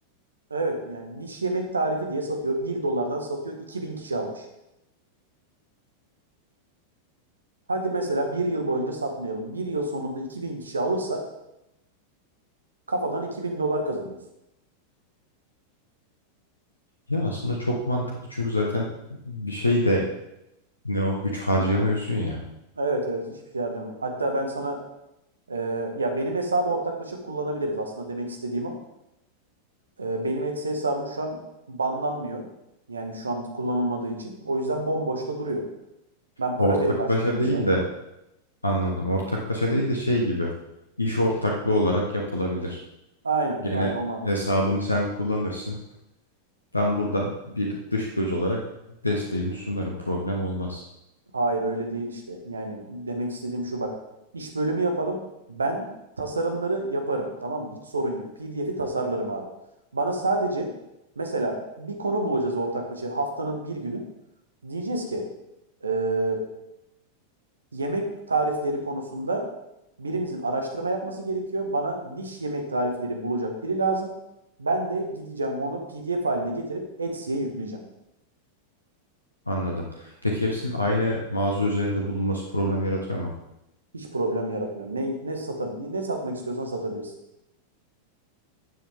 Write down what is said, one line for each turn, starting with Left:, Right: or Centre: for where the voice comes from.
Right: Evet yani niş yemek tarifi diye satıyor. bir dolardan satıyor. 2000 kişi almış. Hadi mesela bir yıl boyunca satmayalım. Bir yıl sonunda 2000 kişi alırsa kafadan 2000 dolar kazanıyorsun.
Left: Ya aslında çok mantıklı çünkü zaten bir şey de ne o güç harcayamıyorsun ya.
Right: Evet evet hiçbir şey harcamam. Hatta ben sana Ee, ya benim hesabı ortaklaşa kullanabiliriz aslında demek istediğim o. Ee, benim Etsy hesabım şu an banlanmıyor. Yani şu an kullanılmadığı için. O yüzden bomboşta duruyor. Ben
Left: Ortaklaşa
Right: para verip açtım bu hesabı.
Left: değil de anladım. Ortaklaşa değil de şey gibi. İş ortaklığı olarak yapılabilir.
Right: Aynen,
Left: Gene
Right: aynen o mantık.
Left: hesabını sen kullanırsın. Ben buradan bir dış göz olarak desteğimi sunarım. Problem olmaz.
Right: Hayır öyle değil işte. Yani demek istediğim şu bak. İş bölümü yapalım. Ben tasarımları yaparım. Tamam mı? Hiç sorun yok. PDF'i tasarlarım abi. Bana sadece mesela bir konu bulacağız ortaklaşa haftanın bir günü. Diyeceğiz ki eee yemek tarifleri konusunda birimizin araştırma yapması gerekiyor. Bana niş yemek tarifleri bulacak biri lazım. Ben de gideceğim onu PDF haline getirip Etsy'ye yükleyeceğim.
Left: Anladım. Peki hepsinin aynı mağaza üzerinde bulunması problem yaratıyor mu?
Right: Hiç problem yaratmıyor. Ne ne sata, ne satmak istiyorsan satabilirsin.